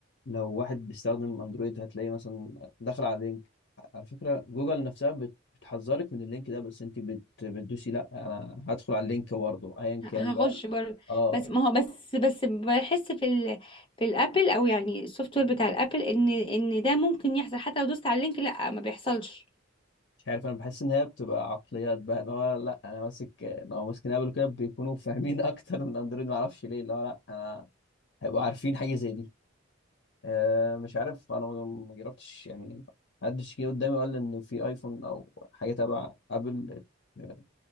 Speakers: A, on the left (about 60°); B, on the left (about 25°).
A: لو واحد بيستخدم اندرويد هتلاقي مثلا داخل على لينك على فكرة جوجل نفسها بت- بتحذرك من اللينك ده بس انت بت... بتدوسي لا انا هدخل على اللينك برضه ايا
B: هخش
A: كان بقى
B: برضه
A: اه
B: بس ما هو بس بس بحس في ال في الابل او يعني السوفت وير بتاع الابل ان ان ده ممكن يحصل حتى لو دوست على اللينك لا ما بيحصلش
A: مش عارف انا بحس ان هي بتبقى عقليات بقى ان هو لا انا ماسك لو ماسكين ابل كده بيكونوا فاهمين <laughs> اكتر من اندرويد ما اعرفش ليه اللي هو لا انا هيبقوا عارفين حاجة زي دي آه، مش عارف انا ما ما جربتش يعني محدش جه قدامي وقال لي ان في ايفون او حاجه تبع ابل آه،